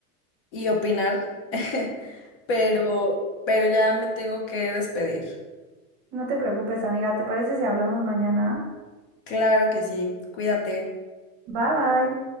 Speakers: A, on the left; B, on the right.
A: y opinar, <laughs> pero, pero ya me tengo que despedir.
B: No te preocupes, amiga. ¿Te parece si hablamos mañana?
A: Claro que sí, cuídate.
B: Bye bye.